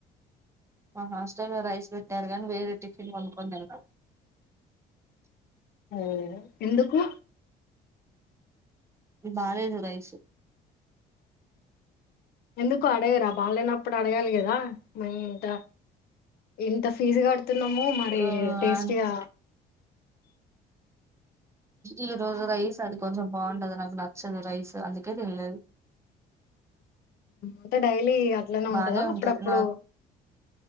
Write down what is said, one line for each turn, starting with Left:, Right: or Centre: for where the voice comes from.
Right: మా హాస్టల్లో లో రైస్ పెట్టారు గాని వేరే టిఫిన్ కొనుక్కొని తిన్న
Left: ఓ ఎందుకు
Right: ఈ బాలేదు రైసు
Left: ఎందుకు అడగరా బాగాలేనప్పుడు అడగాలిి కదా మ ఇంత ఇంత ఫీజు కడుతున్నాము మరి
Right: ఆ
Left: టేస్టీగా
Right: అంటే ఈ రోజు రైస్ అది కొంచెం బాగుండదు నాకు నచ్చదు రైస్ అందుకే తినలేదు <inaudible>
Left: అంటే డైలీ అట్లనే
Right: బానే
Left: ఉంటందా అప్పుడప్పుడు
Right: ఉంటది నా